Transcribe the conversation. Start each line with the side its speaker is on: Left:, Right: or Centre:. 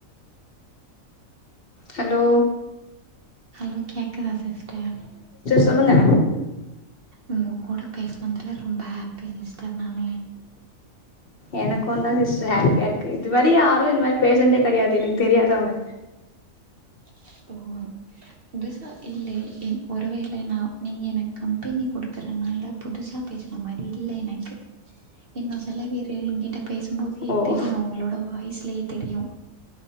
Left: ஹலோ
Right: ஹலோ கேக்குதா சிஸ்டர்
Left: தொல்லுங்க
Right: உங்க கூட பேசினதுல ரொம்ப ஹாப்பி சிஸ்டர் நானு
Left: எனக்குந்தா சிஸ்டர் ஹேப்பியா இருக்கு இது மாரி யாரு இந்த மாரி பேசுனதே கெடையாது எனக்கு தெரியாதவங்க
Right: <inaudible> ஓ உங்கெஸ்ஸா இல்லே என் ஒருவேள நா நீங்க எனக் கம்பெனி குடுக்கற என்னால புதுசா பேசறமாரி இல்ல எனக்கு என்ன சொல்ல வேறே எங்கிட்டப் பேசும்போதே
Left: ஓ
Right: தெரியு அவுங்களோட வாய்லயே தெரியு